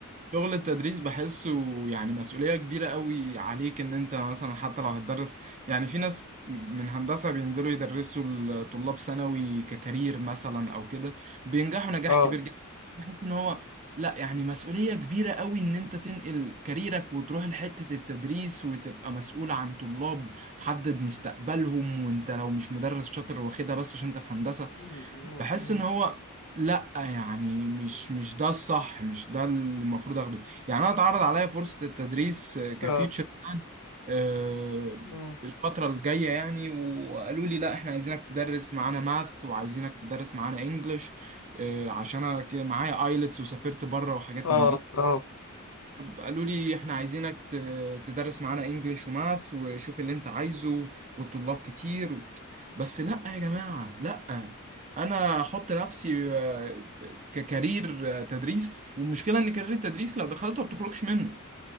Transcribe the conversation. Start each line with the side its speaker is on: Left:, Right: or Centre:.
Right: شغل التدريس بحسه يعني مسؤولية كبيرة قوي عليك ان انت مثلا حتى لو هتدرس يعني في ناس من هندسة بينزلوا يدرسوا الطلاب ثانوي ككارير مثلا او كده بينجحوا نجاح
Left: اه
Right: كبير جدا بحس ان هو لا يعني مسؤولية كبيرة قوي ان انت تنقل كاريرك وتروح لحتة التدريس وتبقى مسؤول عن طلاب تحدد مستقبلهم وانت لو مش مدرس شاطر واخدها بس عشان انت في هندسة
Left: م- م-
Right: بحس
Left: م.
Right: ان هو لا يعني مش مش ده الصح مش ده اللي المفروض اخده يعني انا اتعرض عليا فرصة التدريس كفيوتشر
Left: اه
Right: بلان آه،
Left: م.
Right: الفترة الجاية يعني وقالوا لي لا احنا عايزينك تدرس معانا ماث وعايزينك تدرس معانا انجلش عشان انا كده معايا ايلتس وسافرت بره وحاجات
Left: اه
Right: من دي
Left: اه
Right: قالوا لي احنا عايزينك ت- تدرس معانا انجليش وماث وشوف اللي انت عايزه والطلاب كتير و... بس لا يا جماعة لا انا احط نفسي آه، ككارير آه، تدريس والمشكلة ان كارير التدريس لو دخلته ما بتخرجش منه